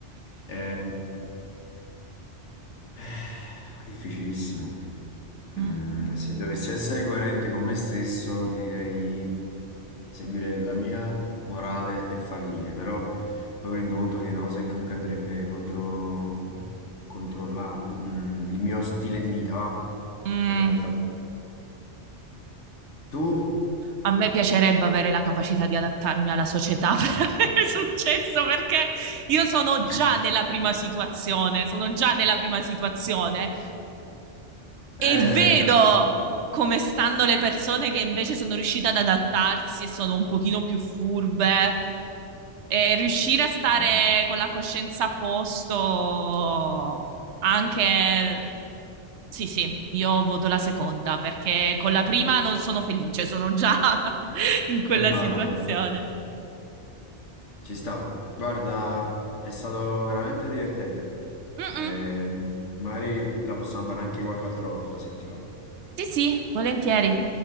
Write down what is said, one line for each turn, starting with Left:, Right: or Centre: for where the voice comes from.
Left: Eh, eh, difficilissimo.
Right: Mm,
Left: Mm, se dovessi essere coerente con me stesso, ti direi seguire la mia morale e fallire, però poi mi rendo conto che è una cosa che comunque andrebbe contro, contro la- mm, il mio stile di vita, va?
Right: mm,
Left: Fondamentale.
Right: mm.
Left: Tu?
Right: A me piacerebbe avere la capacità di adattarmi alla società per <laughs> avere successo, perché io sono
Left: <laughs>
Right: già nella prima situazione, sono già nella prima situazione e
Left: Eh,
Right: vedo
Left: capito.
Right: come stanno le persone che invece sono riuscite ad adattarsi e sono un pochino più furbe. E riuscire a stare
Left: Eh,
Right: con la coscienza a posto anche Sì, sì, io voto la seconda perché con la prima non sono felice, sono già <laughs> in quella
Left: del baratro.
Right: situazione.
Left: Ci sta. Guarda, è stato veramente divertente.
Right: Mm-mm.
Left: Eh, magari la possiamo fare anche qualche altra volta se ti va.
Right: Sì, sì, volentieri.